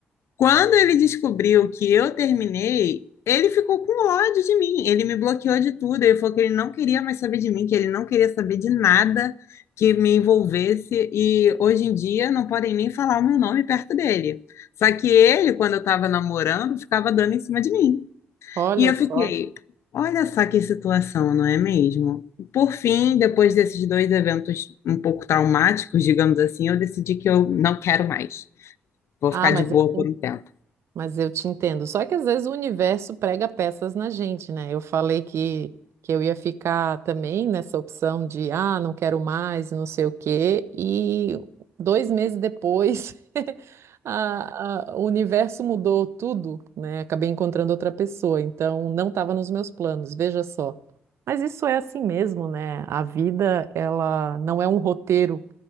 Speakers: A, on the left; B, on the right.
A: Quando ele descobriu que eu terminei, ele ficou com ódio de mim. Ele me bloqueou de tudo. Ele falou que ele não queria mais saber de mim, que ele não queria saber de nada que me envolvesse. E hoje em dia não podem nem falar o meu nome perto dele. Só que ele, quando eu estava namorando, ficava dando em cima de mim.
B: Olha
A: E eu
B: só.
A: fiquei, olha só que situação, não é mesmo? Por fim, depois desses dois eventos um pouco traumáticos, digamos assim, eu decidi que eu não quero mais. Vou
B: Ah,
A: ficar
B: mas
A: de boa
B: é. assim
A: por um tempo.
B: Mas eu te entendo. Só que às vezes o universo prega peças na gente, né? Eu falei que, que eu ia ficar também nessa opção de, ah, não quero mais, e não sei o quê. E dois meses depois, <laughs> a- a- o universo mudou tudo, né? Acabei encontrando outra pessoa. Então, não estava nos meus planos, veja só. Mas isso é assim mesmo, né? A vida, ela não é um roteiro,